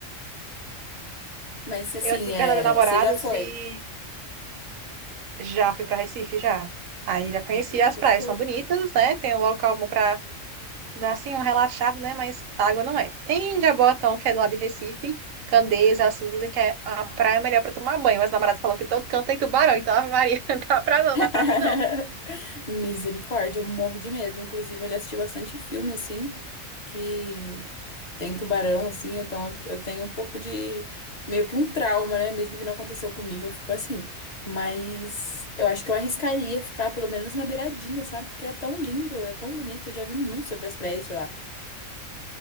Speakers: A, on the left (about 40°); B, on the right (about 80°).
A: Mas assim,
B: Eu aqui
A: é...
B: perto da minha namorada,
A: você já foi?
B: se já fui para Recife, já. Aí já conheci
A: Ai, que
B: as
A: gostoso.
B: praias, são bonitas, né? Tem um local bom para Dá assim um relaxado, né? Mas água não é. Tem Jaboatão, que é do lado de Recife. Candeias, assim, dizem que é a praia é melhor para tomar banho. Mas o namorado falou que todo canto tem tubarão. Então, Ave Maria, <laughs> não dá pra não,
A: <laughs>
B: dá pra mim não.
A: Misericórdia, eu morro de medo. Inclusive, eu já assisti bastante filme assim que tem tubarão assim, então eu eu tenho um pouco de meio que um trauma, né? Mesmo que não aconteceu comigo, eu fico assim. Mas eu acho que eu arriscaria ficar pelo menos na beiradinha, sabe? Porque é tão lindo, é tão bonito. Eu já vi muito sobre as praias de lá.